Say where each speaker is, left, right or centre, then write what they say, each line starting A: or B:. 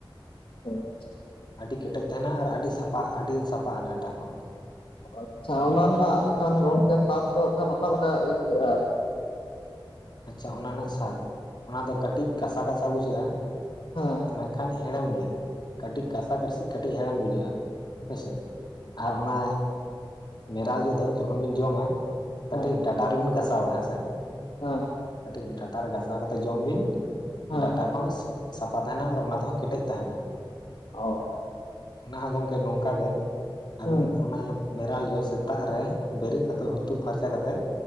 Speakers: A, on the left (about 80°); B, on the left (about 55°).
A: ᱟᱪᱪᱷᱟ
B: ᱟᱹᱰᱤ ᱠᱮᱴᱮᱡ ᱛᱟᱦᱮᱱᱟ ᱟᱨ ᱟᱹᱰᱤ ᱥᱟᱯᱷᱟ ᱟᱹᱰᱤ ᱥᱟᱯᱟᱜᱼᱟ ᱰᱟᱴᱟ ᱠᱚ
A: ᱟᱪᱪᱷᱟ ᱚᱱᱟ ᱨᱮᱱᱟᱜ ᱠᱷᱟᱱ ᱜᱚᱢᱠᱮ ᱥᱟᱫ ᱫᱚ ᱠᱷᱟᱱ ᱚᱠᱟ ᱞᱮᱠᱟ ᱟᱹᱭᱠᱟᱹᱜᱼᱟ᱾
B: ᱟᱪᱪᱷᱟ ᱚᱱᱟ ᱨᱮᱱᱟᱜ ᱥᱟᱫ ᱚᱱᱟ ᱫᱚ ᱠᱟᱹᱴᱤᱡ ᱠᱟᱥᱟᱼᱠᱟᱥᱟ ᱵᱩᱡᱷᱟᱹᱜᱼᱟ
A: ᱦᱮᱸ
B: ᱢᱮᱱᱠᱷᱟᱱ ᱦᱮᱲᱮᱢ ᱜᱮᱭᱟ ᱠᱟᱹᱴᱤᱡ ᱠᱟᱥᱟᱼᱠᱟᱥᱤ ᱠᱟᱹᱴᱤᱡ ᱦᱮᱲᱮᱢ ᱵᱩᱡᱷᱟᱹᱜᱼᱟ ᱦᱳᱭ ᱥᱮ ᱟᱨ ᱚᱱᱟ ᱢᱮᱨᱟᱞ ᱡᱚ ᱫᱚ ᱡᱚᱠᱷᱚᱱ ᱵᱤᱱ ᱡᱚᱢᱟ ᱠᱟᱹᱴᱤᱡ
A: ᱦᱮᱸ
B: ᱰᱟ ᱴᱟ ᱨᱮᱵᱮᱱ‌ ᱜᱷᱟᱥᱟᱣᱟ ᱦᱮᱸ ᱥᱮ
A: ᱦᱮᱸ᱾
B: ᱠᱟᱹᱴᱤᱡ ᱰᱟᱴᱟ ᱨᱮ ᱜᱷᱟᱥᱟᱣ ᱠᱟᱛᱮᱫ ᱡᱚᱢ ᱵᱤᱱ
A: ᱦᱮᱸ
B: ᱰᱟᱴᱟ ᱠᱚᱸᱦᱚ ᱥᱟᱯᱷᱟ ᱛᱟᱦᱮᱱᱟ ᱟᱨ ᱚᱱᱟ ᱛᱮᱦᱚᱸ ᱠᱮᱴᱮᱡ ᱛᱟᱦᱮᱱᱟ᱾
A: ᱚ
B: ᱚᱱᱟ ᱦᱚᱸ ᱜᱚᱢᱠᱮ ᱱᱚᱝᱠᱟ ᱜᱮ ᱟᱹᱵᱤᱱ
A: ᱦᱮᱸ
B: ᱚᱱᱟ ᱢᱮᱨᱟᱞ ᱡᱚ ᱥᱮᱛᱟᱜ ᱨᱮ ᱵᱮᱨᱮᱫ ᱠᱟᱛᱮᱫ ᱦᱩᱛᱩ ᱯᱷᱟᱨᱪᱟ ᱠᱟᱛᱮᱫ